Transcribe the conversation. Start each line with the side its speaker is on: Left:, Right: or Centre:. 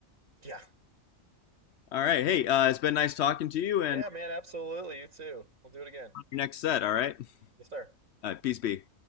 Right: Yeah,
Left: All right, hey, uh, it's been nice talking to you, and
Right: yeah, man. Absolutely, you too. We'll do it again.
Left: your next set. All right,
Right: Yes, sir.
Left: all right peace be.